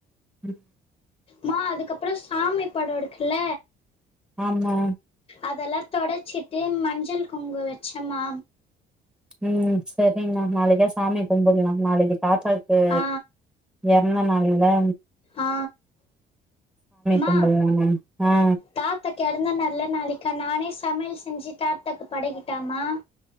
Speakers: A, in the centre; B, on the left (about 35°).
A: ம்
B: மா அதுக்கப்புற சாமி பட இருக்குல
A: ஆமா
B: அதெல்லா தொடச்சிட்டு மஞ்சள் குங்கு வச்ச மா
A: உம் சரிங்ண்ணா நாளைக்கு எதா சாமி கும்டலா நாளைக்கு தாத்தாக்கு
B: ஆ
A: இன்ன நல்லா
B: ஆ மா
A: கும்பிடலா மேம் ஆ
B: தாத்தக்கு இறந்த நாள்ல நாளைக்கு இப்ப நானே சமயல் செஞ்சு தாத்தாக்கு படைக்கட்டமா